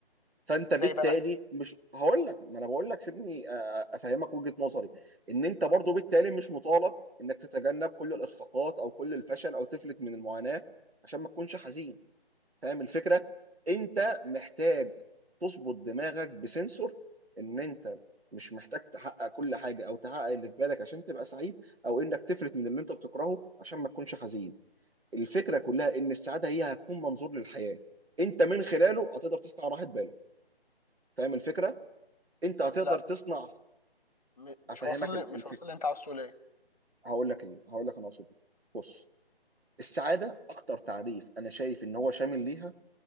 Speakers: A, on the right (about 70°); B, on the left (about 40°).
A: فانت
B: ازاي
A: بالتالي
B: بقى
A: مش هقول لك ما انا بقول لك سيبني آه، آه، افهمك وجهة نظري ان انت
B: طيب
A: برضو بالتالي مش مطالب انك تتجنب كل الاخفاقات او كل الفشل او تفلت من المعاناة عشان ما تكونش حزين فاهم الفكره انت محتاج تظبط دماغك بسنسور ان انت مش محتاج تحقق كل حاجه او تحقق اللي في بالك عشان تبقى سعيد او انك تفلت من اللي انت بتكرهه عشان ما تكونش حزين الفكره كلها ان السعاده هي هتكون منظور للحياه انت من خلاله هتقدر تصنع راحه بالك فاهم الفكره انت هتقدر
B: لا
A: تصنع
B: م- مش
A: افهمك
B: واصل لي
A: ال-
B: مش
A: الفكره
B: واصل لي انت عاوز تقول ايه
A: هقول لك ال... هقول لك انا اقصد إيه. بص السعاده اكتر تعريف انا شايف ان هو شامل ليها